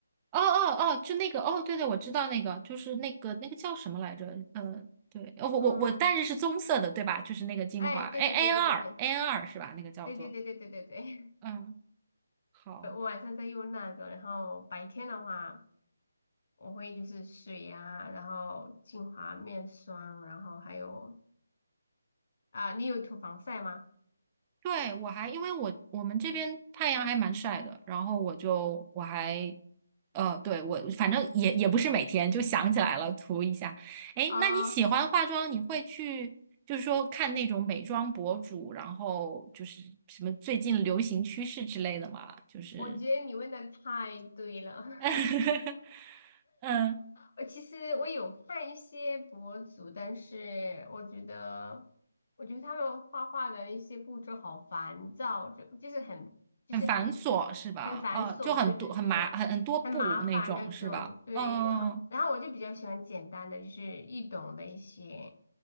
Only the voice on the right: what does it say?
哦哦哦，就那个哦，对对，我知道那个，就是那个那个叫什么来着？嗯、对，哦我我我戴着是棕色的，
对吧？就是那个精华，A
N 二 N 二是吧？那个叫做，
嗯，好，
对我还因为我我们这边太阳还蛮晒的，然后我就我还呃，对我反正也也不是每天就想起来了涂一下。哎，
那你喜欢化妆，你会去？就是说，看那种美妆博主，然后就是什么最近流行趋势之类的吗？就是
<laughs> 嗯，
很繁琐是吧？
哦，就很多很麻很很多步那种是吧？
嗯，